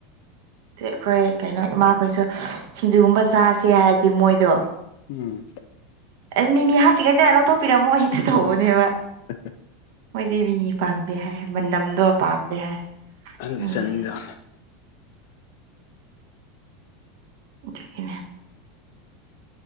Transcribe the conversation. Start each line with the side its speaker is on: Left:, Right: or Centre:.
Right: ꯁꯤ ꯑꯩꯈꯣꯏ ꯀꯩꯅꯣ ꯏꯃꯥꯈꯣꯏꯁꯨ ꯁꯤꯡꯖꯨꯒꯨꯝꯕ ꯆꯥꯁꯦ ꯍꯥꯏꯔꯗꯤ ꯃꯣꯏꯗꯣ
Left: ꯎꯝ
Right: ꯑꯗꯨ ꯃꯤ ꯃꯤ ꯍꯥꯞꯇꯤꯉꯩꯗꯥꯏ ꯂꯧꯊꯣꯛꯄꯤꯔꯝꯃꯣ ꯍꯛꯇ ꯇꯧꯕꯅꯦꯕ
Left: ꯍ
Right: ꯃꯣꯏ ꯗꯦꯕꯤꯅꯤ ꯄꯥꯝꯗꯦ ꯍꯥꯏ ꯃꯅꯝꯗꯣ ꯄꯥꯝꯗꯦ ꯍꯥꯏ
Left: ꯑꯪꯒꯦ
Right: ꯎꯝ
Left: ꯆꯅꯤꯡꯗ
Right: ꯏꯖꯅꯦ